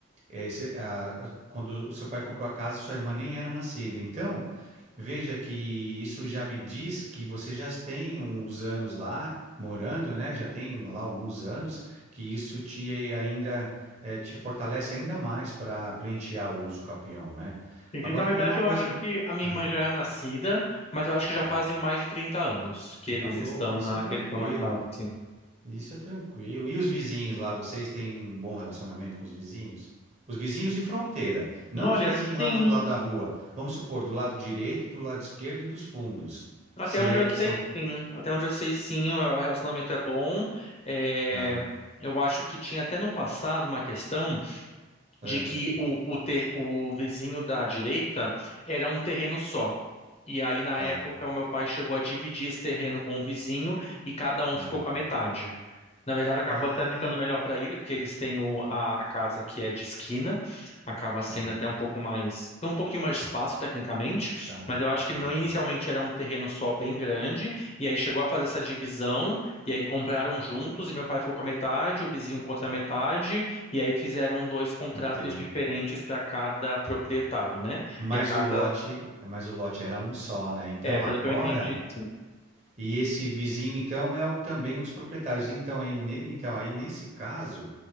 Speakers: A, on the right; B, on the left.
A: É, esse- é a- quando o seu pai comprou a casa, sua irmã nem era nascida. Então, veja que isso já me diz que você já tem uns anos lá morando, né? Já tem lá alguns anos, que isso te ainda eh, te fortalece ainda mais para pleitear o uso capião, né?
B: Entendi.
A: Agora
B: Na verdade,
A: também uma coisa.
B: eu acho que a minha
A: Aham,
B: irmã já é nascida, mas eu acho que
A: tá.
B: já fazem mais de 30 anos que eles
A: Tá louco,
B: estão
A: isso
B: na,
A: é tranquilo.
B: que eles estão na casa, assim.
A: Isso é tranquilo. E os vizinhos lá, vocês têm bom relacionamento com os vizinhos? Os vizinhos de fronteira, não
B: Olha,
A: os vizinhos
B: sim.
A: lá do outro lado da rua. Vamos supor, do lado direito, do lado esquerdo e dos fundos.
B: Até
A: Se
B: onde
A: é
B: eu
A: que
B: sei,
A: são.
B: sim. Até onde eu sei, sim, o relacionamento é bom. É,
A: Tá,
B: Eu acho que tinha até no passado uma questão
A: ah,
B: de que o, o, ter, o vizinho da direita era um terreno só. E aí, na
A: tá,
B: época, o meu pai chegou a dividir esse terreno com o vizinho e cada um
A: tá.
B: ficou com a metade. Na verdade, acabou
A: Ah,
B: até ficando melhor para ele, porque eles têm o, a, a casa que é de esquina, acaba sendo
A: tá,
B: até um pouco mais, um pouquinho mais de espaço tecnicamente,
A: tá,
B: mas eu acho que
A: tá.
B: não inicialmente era um terreno só bem grande, e aí chegou a fazer essa divisão, e aí compraram juntos, e meu pai ficou com a metade, o vizinho contra a metade, e aí fizeram dois contratos
A: Entendo.
B: diferentes para cada proprietário, né?
A: Mas
B: E a casa,
A: o lote, mas o lote era um só, né? Então
B: é, pelo
A: agora
B: que eu entendi, sim,
A: E esse vizinho, então, é o- também um dos proprietários. Então, aí, ne- então, aí nesse caso,